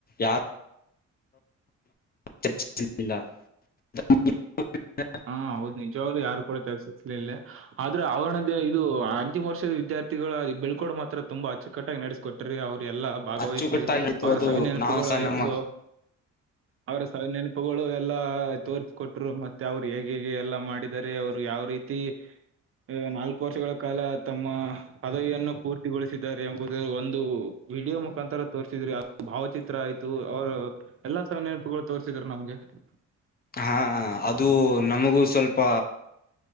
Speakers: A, on the left; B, on the right.
A: ಯಾರು ಸ <unintelligible>
B: ಹಾ ಹೌದು ಯಾರು ಕೂಡ ಕೆಲಸಕ್ಕ ಸೇರಿಲ್ಲ ಆದ್ರೆ ಅವ್ರನ ಇದು ಅಂತಿಮ ವರ್ಷದ ವಿದ್ಯಾರ್ಥಿಗಳು ಬೆಳ್ಕೊಡ ಮಾತ್ರ ತುಂಬಾಚ್ಚುಟ್ಟಾಗಿ ನಡೆಸಿಕೊಟ್ಟ್ರ ಅವರು ಎಲ್ಲಾ ಭಾಗವಹಿಸಿ
A: ಅಚ್ಚುಕಟ್ಟಾಗಿತ್ತು
B: ಅವರ
A: ಅದು
B: ಸವಿನ ನೆನಪುಗಳು
A: ನಾವು ಸಹ
B: ಆಯ್ತು
A: ನಮ್ಮ
B: ಅವರ ಸವಿ ನೆನಪುಗಳು ಎಲ್ಲಾ ತೋರ್ಸ ಕೊಟ್ರು ಮತ್ತೆ ಮತ್ತೆ ಅವ್ರು ಹೇಗೆ ಹೇಗೆ ಎಲ್ಲ ಮಾಡಿದರೆ ಅವ್ರು ಯಾವ ರೀತಿ ಎ ನಾಲ್ಕು ವರ್ಷಗಳ ಕಾಲ ತಮ್ಮ ಪದವಿಯನ್ನು ಪೂರ್ತಿಗೊಳಿಸಿದ್ದಾರೆ ಎಂಬುದು ಒಂದು ವಿಡಿಯೋ ಮುಖಾಂತರ ತೋರ್ಸಿದ್ರಿ ಭಾವಚಿತ್ರ ಆಯ್ತು ಅವರು ಎಲ್ಲಾ ಸಹ ನೆನಪುಗಳು ತೋರ್ಸಿದ್ರ ನಮ್ಗೆ <unintelligible>
A: ಹಾ ಅದು ನಮಗೂ ಸ್ವಲ್ಪ